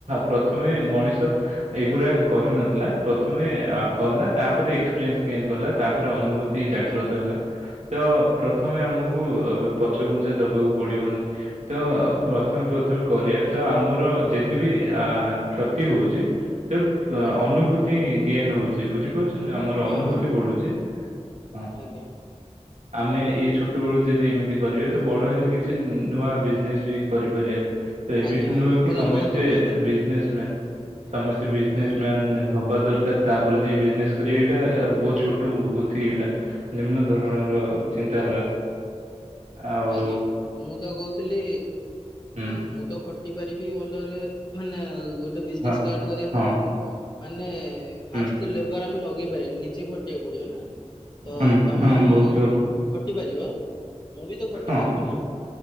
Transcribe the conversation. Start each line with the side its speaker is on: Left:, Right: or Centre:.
Right: ପ୍ରଥମେ ମଣିଷ ଏଇଗୁଡା କରିନଥିଲା ପ୍ରଥମେ କଲା ତାପରେ <unintelligible> ତାପରେ ଅନୁଭୁତି ଜାଗ୍ରତ
Left: ଆଜ୍ଞା
Right: ହେଲା। ତ ପ୍ରଥମେ ଆମକୁ ପଛ ଘୁଞ୍ଚା ଦବାକୁ ପଡିବନି ତ ପ୍ରଥମେ ପ୍ରଥମେ କରିବା ତ ଆମର ଯେତ୍ ଯ ବି ଅ କ୍ଷତି ହଉଛି ତ
Left: ଆଜ୍ଞା
Right: ଅନୁଭୂତି ଗେନ୍ ହଉଛି ବୁଝିପାରୁଛି। ଆମର
Left: ହଁ
Right: ଅନୁଭୂତି ବଢୁଛି ହଁ
Left: ଆଜ୍ଞା
Right: ଆମେ ଏଇ ଛୋଟବେଳୁ ଯଦି ଏମିତି କରିବା ତ ବଡ ହେଲେ କିଛି ନୂଆ ବିଜନେସ ବି କରିପାରିବା। ତ ଏମିତି
Left: ଆଜ୍ଞା
Right: ନୁହଁ
Left: ହଁ ଭଲ
Right: କି ସମସ୍ତେ
Left: ବହୁତ ଭଲ କଥା
Right: ବିଜନେସ ମ୍ୟାନ୍। ସମସ୍ତେ ବିଜନେସ୍
Left: ହୁଁ
Right: ମ୍ୟାନ୍ ହବା ଦରକାର ତାପରେ ଯାଇ ବିଜନେସ କରିବା ଏଇଟା ବହୁତ ଛୋଟ ବୁଦ୍ଧି ଏଇଟା ନିମ୍ନ ଦରକା ଧରଣ ର
Left: ଆଜ୍ଞା
Right: ଚିନ୍ତାଧାରା। ଆଉ
Left: ଆଜ୍ଞା ମୁଁ ତ କହୁ ଥିଲ
Right: ହୁଁ
Left: ମୁଁ ତ ଖଟି ପାରିବି ଭଲରେ ମାନେ ଗୋ ଗୋଟେ ବିଜନେସ୍
Right: ହଁ
Left: ଷ୍ଟାଟ କରିବା
Right: ହଁ
Left: ପୂର୍ବରୁ ମାନେ ଫାଷ୍ଟ
Right: ହୁଁ
Left: ତ ଲେବର ଆମେ ଲଗେଇ ପାରିବାନି ନିଜେ କୁ ପଡିବ ନା, ତ
Right: ହୁଁ
Left: ତମେ
Right: ହଁ ବହୁତ ଭଲ
Left: ଖଟି ପାରିବ। ମୁଁ ବି ତ ଖଟି
Right: ହଁ।
Left: ପାରିବି ନା,